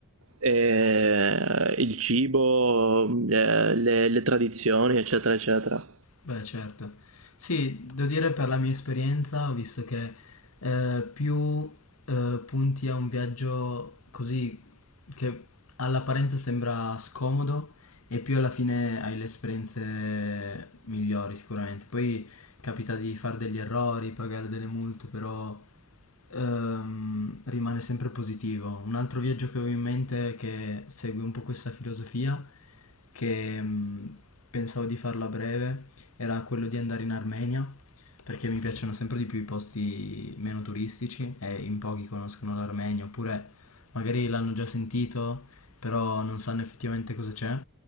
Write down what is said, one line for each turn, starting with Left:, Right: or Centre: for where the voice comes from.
Right: e il cibo, eh, le, le tradizioni, eccetera, eccetera.
Left: Beh, certo. Sì, devo dire per la mia esperienza, ho visto che eh, più eh, punti a un viaggio così che all'apparenza sembra scomodo e più alla fine hai le esperienze migliori sicuramente. Poi capita di fare degli errori, pagare delle multe, però ehm, rimane sempre positivo. Un altro viaggio che avevo in mente che segue un po' questa filosofia che mh, pensavo di farlo a breve era quello di andare in Armenia, perché mi piacciono sempre di più i posti meno turistici e in pochi conoscono l'Armenia, oppure magari l'hanno già sentito, però non sanno effettivamente cosa c'è.